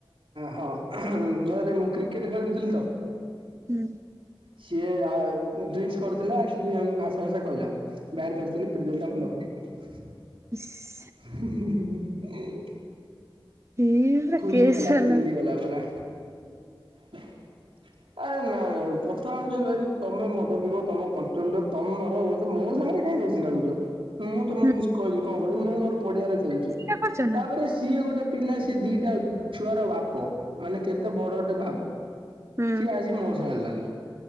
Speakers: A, on the right (about 85°); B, on the right (about 30°).
A: ହଁ ନରେ ମୁଁ କ୍ରିକେଟ୍ ଖେଳୁଥିଲି ତ
B: ହୁଁ
A: ସିଏ ଆ ଡିଙ୍କସ୍ କରୁଥିଲା ଆସିକି ଏମିତି ଭାଷା ଫାଷା କହିଲା ବ୍ୟାଟ୍ ଧରିଥିଲି ପିଟି ଦେଲି ତା ମୁଣ୍ଡ ଫାଟିଗଲା।
B: ଇସ୍
A: ହ
B: ଏଇ ପୁରା
A: ଫୁଲିଗଲା
B: କେସ୍ ହେଲା
A: ଫୁଲିଗଲା ପୁରା। ହ ଆରେ ନାଇ କଥା ହଉଚି ଭାଇ ତମେ ମଦ ପିଇବ ତମେ କଣ୍ଟ୍ରୋଲ ତମେ ମର ହୁଅ ମୋ ସାଙ୍ଗରେ କାଇଁ ଏମିତି ଲାଗୁଚ? ମୁଁ ତମକୁ
B: ହୁଁ
A: କିଛି କହିଚି, କଣ କହିଚି, ମୁଁ ମୋର ପଡିଆରେ ଖେଳୁଛି,
B: ସେଇଟା କରିଛ ନା?
A: ତାପରେ ସେ ସିଏ ଗୋଟେ ପିଲା, ସିଏ ଦିଟା ଛୁଆର ବାପ, ମାନେ କେତେ ବଡଟେ ଭାବ?
B: ହୁଁ
A: ସିଏ ଆସିକି ମୋ ସାଙ୍ଗରେ ଲାଗୁ